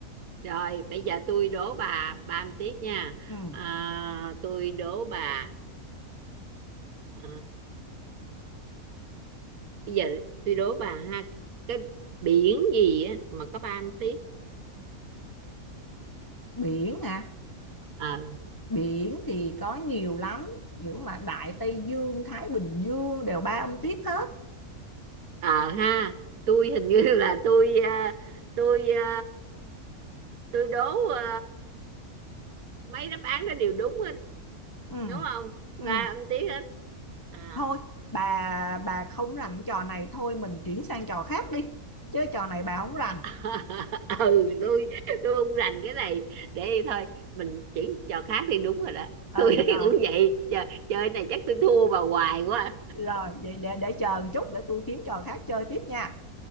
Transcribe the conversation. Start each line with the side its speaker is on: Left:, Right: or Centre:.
Right: rồi bây giờ tôi đố bà ba một tiếp nha.
Left: ừ.
Right: À, tôi đố bà à, bây giờ tôi đố bà ha cái biển gì á mà có ba mươi tiếp.
Left: biển hả
Right: Ờ
Left: biển thì có nhiều lắm kiểu mà Đại Tây Dương Thái Bình Dương đều ba âm tiết hết
Right: ờ ha, tôi hình như là tôi à, tôi à, tôi đố à, mấy đáp án đó đều đúng hết,
Left: ừ
Right: đúng không?
Left: ừ
Right: Ba mươi tiếp hết. À
Left: thôi bà bà không rành trò này thôi mình chuyển sang trò khác đi chứ trò này bà không rành
Right: À, <laughs> ừ tôi tôi không rành cái này để thôi mình chuyển trò khác đi đúng rồi đó <laughs>
Left: ừ
Right: tôi thấy
Left: rồi
Right: cũng vậy Chờ, chơi này chắc tôi thua bà hoài quá
Left: rồi vậy để để chờ một chút để tôi kiếm trò khác chơi tiếp nha